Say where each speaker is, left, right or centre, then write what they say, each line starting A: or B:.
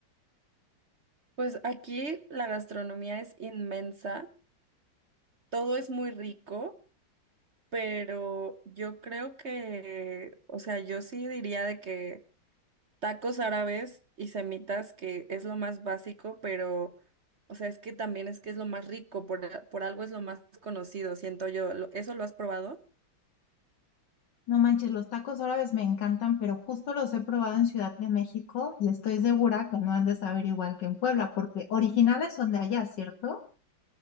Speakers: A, on the right; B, on the left.
A: Pues aquí la gastronomía es inmensa, todo es muy rico, pero yo creo que, o sea, yo sí diría de que tacos árabes y semitas, que es lo más básico, pero, o sea, es que también es que es lo más rico, por, por algo es lo más conocido, siento yo. Lo- ¿Eso lo has probado?
B: No manches, los tacos árabes me encantan, pero justo los he probado en Ciudad de México y estoy segura que no han de saber igual que en Puebla, porque originales son de allá, ¿cierto?